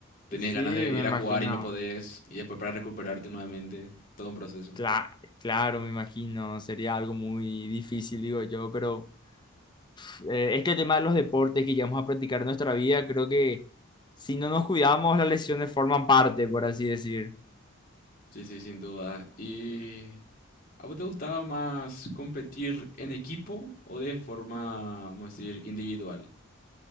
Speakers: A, on the left; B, on the left.
A: Tenés
B: Sí,
A: ganas de ir
B: me imagino.
A: a jugar y no podés. Y después para recuperarte nuevamente. Todo un proceso.
B: Cla- claro, me imagino, sería algo muy difícil, digo yo, pero pf, eh, este tema de los deportes que llevamos a practicar en nuestra vida, creo que si no nos cuidamos, las lesiones forman parte, por así decir.
A: Sí, sí, sin duda. Y ¿A vos te gustaba más competir en equipo o de forma, vamos a decir, individual?